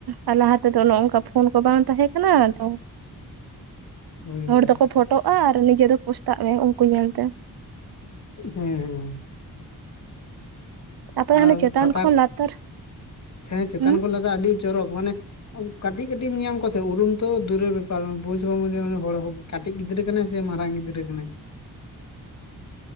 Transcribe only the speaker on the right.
ᱟᱨ ᱞᱟᱦᱟ ᱛᱮᱫᱚ ᱚᱱᱚᱱᱠᱟ ᱯᱷᱳᱱ ᱠᱚ ᱵᱟᱝ ᱛᱟᱦᱮᱸ ᱠᱟᱱᱟ ᱛᱚ
ᱦᱚᱲ ᱫᱚᱠᱚ ᱯᱷᱳᱴᱳᱜᱼᱟ ᱟᱨ ᱱᱤᱡᱮ ᱫᱚ ᱯᱚᱥᱛᱟᱜ ᱢᱮ ᱩᱱᱠᱩ ᱧᱮᱞᱛᱮ᱾
ᱛᱟᱯᱚᱨᱮ
ᱦᱟᱱᱮ ᱪᱮᱛᱟᱱ
ᱠᱷᱚᱱ ᱞᱟᱛᱟᱨ
ᱦᱩᱸ